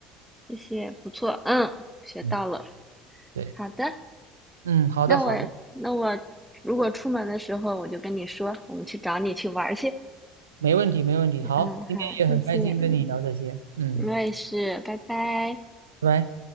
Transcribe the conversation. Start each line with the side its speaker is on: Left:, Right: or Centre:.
Centre: 谢谢，不错，嗯，学到了。
Right: 嗯，对，
Centre: 好的，
Right: 嗯，好的好的。
Centre: 那我那我如果出门的时候，我就跟你说，我们去找你去玩儿去。
Right: 没问题，没问题。好，
Centre: 嗯，好，
Right: 今天也很开心跟你聊这些，
Centre: 谢谢，嗯
Right: 嗯，
Centre: 我也是，拜拜。
Right: 拜拜。